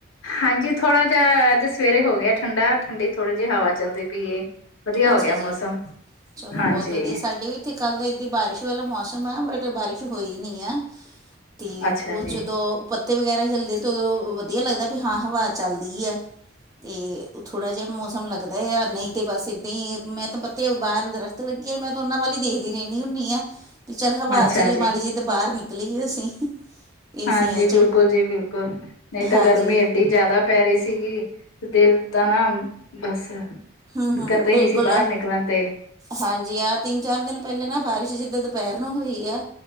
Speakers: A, on the left; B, on the right.
A: ਹਾਂਜੀ, ਥੋੜ੍ਹਾ ਜਿਹਾ ਅੱਜ ਸਵੇਰੇ ਹੋ ਗਿਆ ਠੰਡਾ, ਠੰਡੀ ਥੋੜ੍ਹੀ ਜਿਹੀ ਹਵਾ ਚੱਲਦੀ ਪਈ ਏ। ਵਧੀਆ
B: ਅੱਛਾ
A: ਹੋਗਿਆ
B: ਜੀ
A: ਮੌਸਮ,
B: ਚਲੋ
A: ਹਾਂਜੀ।
B: ਬਹੁਤ ਵਧੀਆ ਸਾਡੇ ਵੀ ਇੱਥੇ ਕੱਲ ਦਾ ਏਦਾਂ ਬਾਰਿਸ਼ ਵਾਲਾ ਮੌਸਮ ਆ, ਬਟ ਬਾਰਿਸ਼ ਹੋਈ ਨਹੀਂ ਆ। ਤੇ,
A: ਅੱਛਾ
B: ਉਹ
A: ਜੀ,
B: ਜਦੋਂ ਪੱਤੇ ਵਗੈਰਾ ਹਿਲਦੇ, ਤਾਂ ਉਦੋਂ ਵਧੀਆ ਲੱਗਦਾ ਵੀ ਹਾਂ, ਹਵਾ ਚੱਲਦੀ ਐ। ਤੇ, ਥੋੜ੍ਹਾ ਜਿਹਾ ਮੌਸਮ ਲੱਗਦਾ ਯਾਂ, ਨਹੀਂ ਤੇ ਬਸ ਤੇਂ, ਮੈਂ ਤੇ ਬੱਤੇ ਬਾਹਰ ਦਰਖਤ ਲੱਗੀ ਆ, ਮੈਂ ਤੇ ਉਹਨਾਂ ਵੱਲ ਹੀ ਦੇਖਦੀ ਰਹਿੰਨੀ ਹੁੰਨੀ ਆਂ। ਵੀ ਚੱਲ ਹਵਾ
A: ਅੱਛਾ
B: ਚੱਲੇ
A: ਜੀ।
B: ਮਾੜੀ ਜਿਹੀ, ਤਾਂ ਬਾਹਰ ਨਿਕਲੀਏ ਅਸੀਂ। ਏਸੀਆਂ
A: ਹਾਂਜੀ,
B: ਚੋਂ
A: ਬਿਲਕੁਲ ਜੀ, ਬਿਲਕੁਲ, ਨਹੀਂ ਤਾ
B: ਹਾਂਜੀ
A: ਗਰਮੀ ਇਹਡੀ ਜ਼ਿਆਦਾ ਪੈ ਰਹੀ ਸੀਗੀ, ਦਿਲ ਤਾਂ ਨਾ ਬਸ।
B: ਹੂੰ ਹੂੰ
A: ਕਰਦਾ
B: ਬਿਲਕੁਲ
A: ਹੀ ਨਹੀਂ ਸੀ ਬਾਹਰ ਨਿਕਲਣ ਤੇ।
B: ਹਾਂਜੀ ਆਹ ਤਿੰਨ- ਚਾਰ ਦਿਨ ਪਹਿਲੇ ਨਾ ਬਾਰਿਸ਼ ਜਿੱਦੇਂ ਦੁਪਹਿਰ ਨੂੰ ਹੋਈ ਆ।